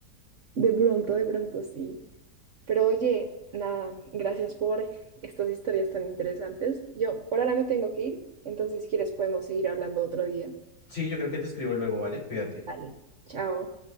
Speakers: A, on the right (about 50°); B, on the left (about 45°).
A: De pronto, de pronto sí. Pero oye, nada, gracias por estas historias tan interesantes. Yo por ahora me tengo que ir, entonces si quieres podemos seguir hablando otro día.
B: Sí, yo creo que te escribo luego, ¿vale? Cuídate.
A: Dale. Chao.